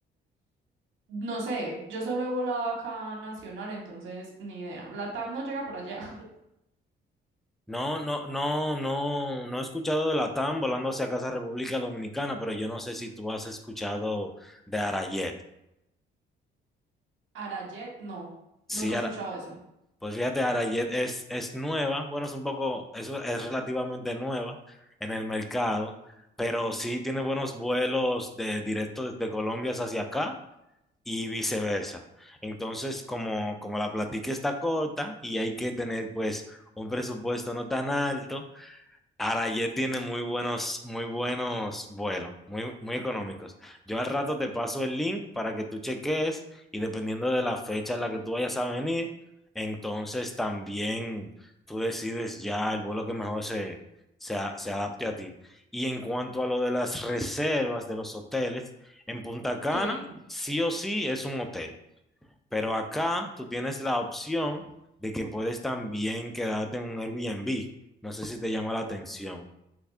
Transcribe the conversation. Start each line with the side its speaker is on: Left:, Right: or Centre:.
Right: No sé, yo solo he volado acá nacional, entonces ni idea. La TAM no llega por allá. <laughs>
Centre: No, no, no, no, no he escuchado de Latam volando hacia casa República Dominicana, pero yo no sé si tú has escuchado de Arajet.
Right: Arajet, no,
Centre: Sí,
Right: nunca
Centre: Ara-
Right: he escuchado eso.
Centre: pues fíjate, Arajet es, es nueva, bueno, es un poco, es, es relativamente nueva en el mercado, pero sí tiene buenos vuelos de, directos desde Colombia hacia acá y viceversa. Entonces, como, como la platica está corta y hay que tener pues un presupuesto no tan alto, Arayet tiene muy buenos, muy buenos vuelos, muy, muy económicos. Yo al rato te paso el link para que tú cheques y dependiendo de la fecha en la que tú vayas a venir, entonces también tú decides ya el vuelo que mejor se, se, a- se adapte a ti. Y en cuanto a lo de las reservas de los hoteles, en Punta Cana
Right: Sí,
Centre: sí o sí es un hotel, pero acá tú tienes la opción de que puedes también quedarte en un Airbnb. No sé si te llama la atención.